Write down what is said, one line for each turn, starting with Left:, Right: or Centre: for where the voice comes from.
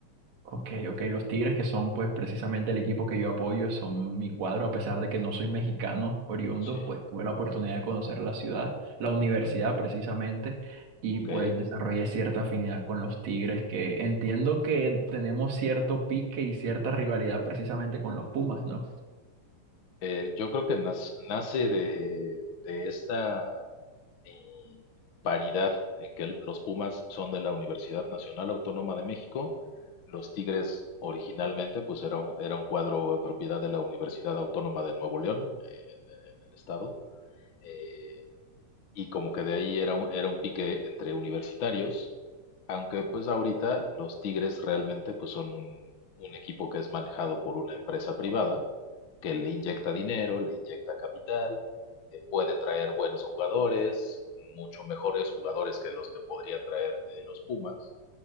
Right: Ok, ok, los Tigres, que son pues precisamente el equipo que yo apoyo, son mi cuadro, a pesar de que no soy mexicano oriundo,
Left: Sí,
Right: pues tuve la oportunidad de conocer la ciudad, la universidad precisamente, y
Left: ok.
Right: pues desarrollé cierta afinidad con los Tigres, que entiendo que tenemos cierto pique y cierta rivalidad precisamente con los Pumas, ¿no?
Left: Eh, yo creo que nas- nace de, de esta eh, paridad en que l- los Pumas son de la Universidad Nacional Autónoma de México. Los Tigres originalmente pues era un, era un cuadro de propiedad de la Universidad Autónoma de Nuevo León, eh, en el estado. Eh, y como que de ahí era un, era un pique entre universitarios, aunque pues ahorita los Tigres realmente pues son un, un equipo que es manejado por una empresa privada que le inyecta dinero, le inyecta capital, eh, puede traer buenos jugadores, mucho mejores jugadores que los que podrían traer eh, los Pumas,